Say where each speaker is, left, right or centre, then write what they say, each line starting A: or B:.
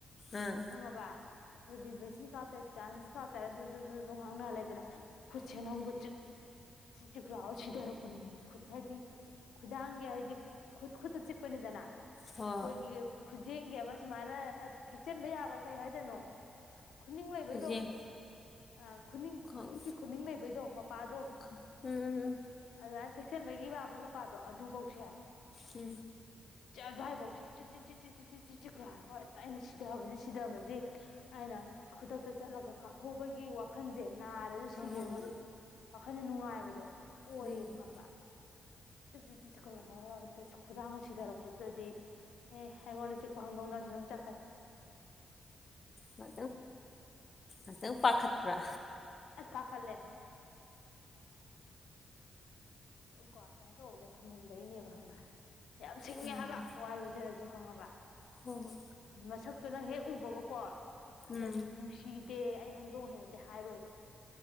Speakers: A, on the left (about 40°); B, on the left (about 85°).
A: ꯑꯥ
B: ꯈꯪꯉꯕ ꯑꯩꯈꯣꯏ ꯕꯤ ꯀꯔꯦꯗꯥ ꯀꯥꯎ ꯇꯔꯦ ꯑꯗꯨ ꯂ ꯉꯥꯡꯅ ꯂꯩꯕꯗ ꯈꯨꯠꯁꯦ ꯅꯪꯕꯨ ꯆꯤꯛꯂꯥꯛꯑꯣ ꯁꯤꯊꯔꯛꯄꯅꯤ ꯈꯨꯠ ꯍꯥꯏꯗꯤ ꯈꯨꯗꯥꯡꯒꯤ ꯍꯥꯏꯗꯤ ꯈꯨꯠ ꯈꯨꯠꯇ ꯆꯤꯛꯄꯅꯤꯗꯅ
A: ꯍꯣꯏ
B: ꯑꯈꯣꯏꯒꯤ ꯈꯨꯖꯦꯡꯒꯤ ꯑꯃ ꯁꯨꯃꯥꯏꯅ ꯊꯦꯛꯆꯟꯕ ꯌꯥꯕ ꯀꯩ ꯍꯥꯏꯗꯦꯅꯣ ꯈꯨꯅꯤꯡ ꯂꯩꯕꯩꯗꯣ
A: ꯈꯨꯖꯦꯡ
B: ꯑꯥ ꯈꯨꯅꯤꯡ
A: ꯈꯪ
B: ꯈꯨꯨꯔꯀꯤꯤ ꯈꯨꯅꯤꯡ ꯂꯩꯕꯩꯗꯣ ꯃꯄꯥꯗꯣ
A: ꯈꯪ ꯎꯝ
B: ꯑꯗꯨ ꯊꯦꯛꯁꯟꯕꯒꯤ ꯏꯕ ꯃꯄꯥꯗꯣ ꯑꯗꯨꯐꯧꯁꯦ
A: ꯎꯝ
B: ꯌꯥꯕꯧ ꯆ ꯆꯤꯛ ꯆꯤꯛ ꯆꯤꯛ ꯆꯤꯛ ꯆꯤꯛ ꯆꯤꯛ ꯆꯤꯛ ꯆꯤꯛꯥꯒ ꯍꯦꯛꯇ ꯑꯩꯅ ꯁꯤꯊꯕꯁꯦ ꯁꯤꯊꯁꯦ ꯑꯩꯅ ꯈꯨꯗꯛꯇ ꯆꯠꯂꯒ ꯀꯥꯞꯍꯧꯕꯒꯤ ꯋꯥꯈꯜꯁꯦ ꯅꯥꯔꯁꯨ
A: ꯎꯝ ꯎꯝ ꯍꯣꯏ
B: ꯁꯤꯔꯁꯨ
A: ꯍꯣꯏ ꯍꯣꯏ
B: ꯋꯥꯈꯜꯗ ꯅꯨꯡꯉꯥꯏꯕ ꯗꯣ ꯑꯣꯌꯦꯕꯝꯕ
A: ꯎꯝ
B: ꯆ ꯆꯤꯂꯑꯣ ꯈꯨꯗꯥꯡ ꯁꯤꯊꯔꯛꯄꯗꯨꯗꯗꯤ ꯑꯦ ꯍꯉꯣꯟꯅ ꯆꯤꯄ ꯍꯪꯗꯣꯡꯅꯁꯤꯅꯝ ꯆꯠꯈꯦ
A: ꯃꯪ ꯃꯊꯪ ꯄꯥꯈꯠꯄ꯭ꯔꯥ
B: ꯑꯁ ꯐꯥ ꯈꯜꯦ ꯏ ꯀꯁ ꯀꯕꯨꯗ ꯃꯗꯅꯤꯕ ꯍꯝꯕ ꯌꯥꯝ ꯁꯤꯡꯉꯦ
A: ꯎꯝ
B: ꯍꯥꯏꯕ ꯋꯥ ꯂꯣꯏꯖꯔꯁꯨ ꯈꯪꯉꯕ
A: ꯍꯣꯏ ꯍꯣꯏ
B: ꯃꯁꯛꯇꯨ ꯅꯪ ꯍꯦꯛ ꯎꯕꯒꯀꯣ ꯐꯖ
A: ꯎꯝ
B: ꯅꯨꯡꯁꯤ ꯗꯦ ꯑꯩ ꯍꯪꯗꯣꯡ ꯍꯥꯏꯅꯗꯤ ꯍꯥꯏꯔꯣꯏꯕ